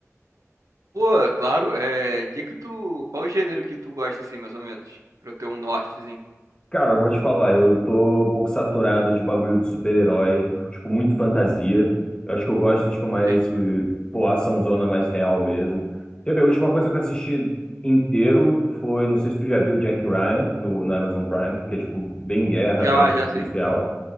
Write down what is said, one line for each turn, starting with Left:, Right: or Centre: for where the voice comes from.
Right: Pô, claro, é. Que que tu. Qual o gênero que tu gosta, assim, mais ou menos? Pra eu ter um nortezinho.
Left: Cara, eu vou te falar, eu tô um pouco saturado de bagulho de super-herói, tipo, tipo, muito fantasia. Eu acho que eu gosto, tipo, mais
Right: Nem.
Left: de, pô, açãozona mais real mesmo. Quer ver, a última coisa que eu assisti inteiro foi, não sei se tu já viu Jack Ryan no, na Amazon Prime, que é, tipo, bem guerra,
Right: Já,
Left: bem
Right: já sei.
Left: policial.